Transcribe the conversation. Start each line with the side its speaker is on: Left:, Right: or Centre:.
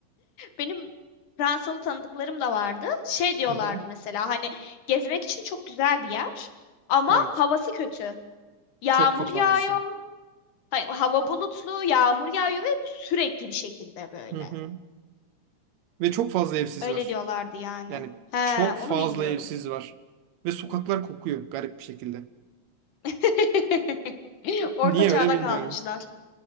Left: Benim Fransalı tanıdıklarım da vardı. Şey diyorlardı
Right: Hı hı.
Left: mesela hani gezmek için çok güzel bir yer ama
Right: Evet.
Left: havası kötü. Yağmur
Right: Çok kötü
Left: yağıyor.
Right: havası.
Left: Hani hava bulutlu, yağmur yağıyor ve bu sürekli bir şekilde böyle.
Right: Hı hı. Ve çok fazla evsiz
Left: Öyle
Right: var.
Left: diyorlardı yani.
Right: Yani
Left: He,
Right: çok
Left: onu
Right: fazla
Left: bilmiyorum.
Right: evsiz var. Ve sokaklar kokuyor garip bir şekilde.
Left: <laughs> Orta
Right: Niye
Left: çağda
Right: öyle bilmiyorum.
Left: kalmışlar.